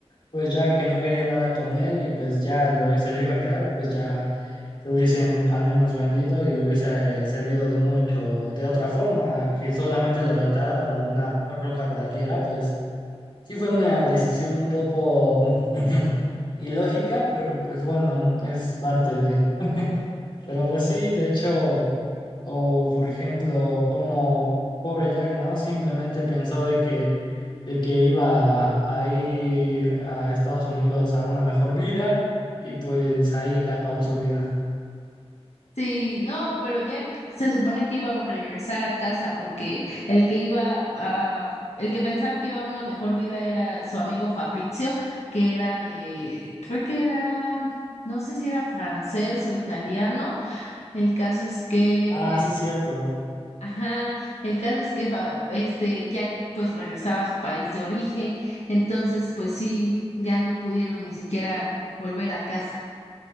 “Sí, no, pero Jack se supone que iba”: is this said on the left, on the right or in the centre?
Left